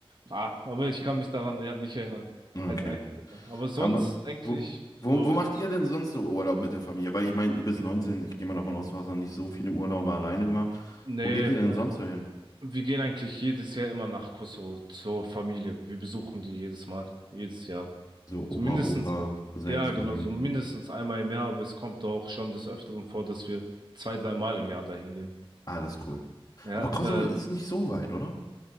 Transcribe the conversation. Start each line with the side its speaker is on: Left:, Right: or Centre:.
Right: Ah, aber ich kann mich daran ja nicht erinnern,
Left: Okay.
Right: als Einzelner. Aber sonst
Left: Aber
Right: eigentlich
Left: wo,
Right: so,
Left: wo, wo macht ihr denn sonst so Urlaub mit der Familie? Weil ich meine, du bist 19. ich gehe mal davon aus, du hast noch nicht so viele Urlaube alleine gemacht.
Right: nee,
Left: Wo geht ihr denn sonst so hin?
Right: wir gehen eigentlich jedes Jahr immer nach Kosovo zur Familie. Wir besuchen die jedes Mal, jedes Jahr.
Left: So
Right: So
Left: Oma,
Right: mindestens,
Left: Opa, Cousins,
Right: ja
Left: Cousinen.
Right: genau, so mindestens einmal im Jahr Jahr aber es kommt auch schon des Öfteren vor dass wir zwei dreimal im Jahr dahin gehen
Left: Ah, das ist cool.
Right: ja
Left: Aber Kosovo
Right: ähm,
Left: ist nicht so weit, oder?